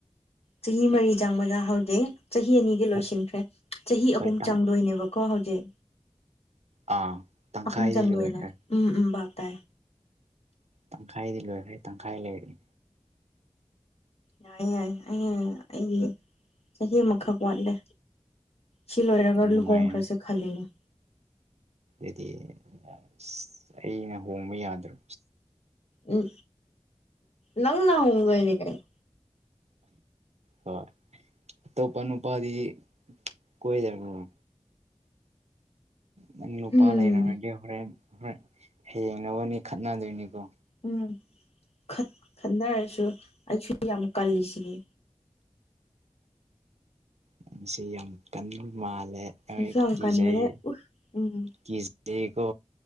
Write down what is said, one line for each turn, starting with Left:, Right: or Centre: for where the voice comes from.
Left: ꯆꯍꯤ ꯃꯔꯤ ꯆꯪꯕꯗ ꯍꯧꯖꯤꯛ ꯆꯍꯤ ꯑꯅꯤꯗꯤ ꯂꯣꯏꯁꯤꯟꯈ꯭ꯔꯦ
Right: ꯍꯣꯏ
Left: ꯆꯍꯤ
Right: ꯍꯣꯏ
Left: ꯑꯍꯨꯝ
Right: ꯇꯪ
Left: ꯆꯪꯗꯣꯏꯅꯦꯕ꯫ ꯀꯣ ꯍꯧꯖꯤꯛ
Right: ꯑꯥ ꯇꯪꯈꯥꯏꯗꯤ
Left: ꯑꯍꯨꯝ ꯆꯪꯗꯣꯏꯅꯦ
Right: ꯂꯣꯏꯈ꯭ꯔꯦ
Left: ꯎꯝ ꯎꯝ ꯚꯥꯞ ꯇꯥꯏ꯫
Right: ꯇꯪꯈꯥꯏꯗꯤ ꯂꯣꯏꯈ꯭ꯔꯦ ꯇꯪꯈꯥꯏ ꯂꯩꯔꯤ꯫
Left: ꯌꯥꯏ ꯌꯥꯏꯌꯦ ꯑꯩ ꯑꯩꯒꯤ ꯆꯍꯤ ꯑꯃꯈꯛ ꯋꯥꯠꯂꯦ꯫ ꯁꯤ ꯂꯣꯏꯔꯒ
Right: ꯌꯥꯝ
Left: ꯂꯨꯍꯣꯡꯈ꯭ꯔꯁꯦ
Right: ꯅꯨꯡꯉꯥꯏꯔꯅꯤ
Left: ꯈꯜꯂꯤꯅꯤ꯫
Right: ꯑꯗꯨꯗꯤ ꯑꯁ ꯑꯩꯅ ꯍꯣꯡꯕ ꯌꯥꯗ꯭ꯔꯣ꯫
Left: ꯎꯝ ꯅꯪꯅ ꯍꫭꯡꯗꫭꯏꯅꯦ ꯀꯩꯅꫭ꯫
Right: ꯍꯣꯏ꯫ ꯑꯇꯣꯞꯄ ꯅꯨꯄꯥꯥꯗꯤ ꯀꯣꯏꯗꯕ꯭ꯔꫭ꯫ ꯅꯪ ꯅꯨꯄꯥ
Left: ꯎꯝ
Right: ꯂꯩꯔꯝꯃꯗꯤ ꯍꯣꯔꯦꯟ ꯍꯣꯔꯦꯟ ꯍꯌꯦꯡ ꯅꯕꯅꯤ ꯈꯠꯅꯗꯣꯏꯅꯤꯀꯣ꯫
Left: ꯎꯝ ꯈꯠ ꯈꯟꯅꯔꯁꯨ ꯑꯩꯁꯨ ꯌꯥꯝ ꯀꯜꯂꯤꯁꯤꯗꯤ꯫
Right: ꯅꯪꯁꯤ ꯌꯥꯝ ꯀꯟꯕ ꯃꯥꯜꯂꯦ꯫
Left: ꯑꯩꯁꯨ
Right: ꯑꯩ
Left: ꯌꯥꯝ
Right: ꯀꯤꯖꯩ
Left: ꯀꯟꯕꯅꯦ ꯎ ꯎꯝ
Right: ꯀꯖꯩꯀꯣ꯫